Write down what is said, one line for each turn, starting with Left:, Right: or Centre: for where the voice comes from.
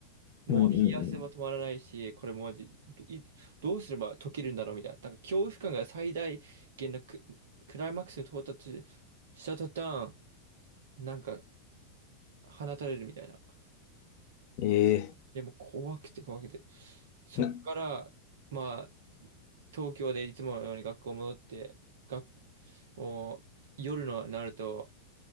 Right: もう冷や汗も止まらないし、
Left: うん。うん
Right: これもマじいどうすれば解けるんだろうみたいな。だから恐怖感が最大限のク、クライマックスに到達した途端、なんか放たれるみたいな。
Left: ええ、
Right: でも怖くて怖くて。そっから、
Left: な、
Right: まあ、東京でいつものように学校戻って、学、もう夜のなると、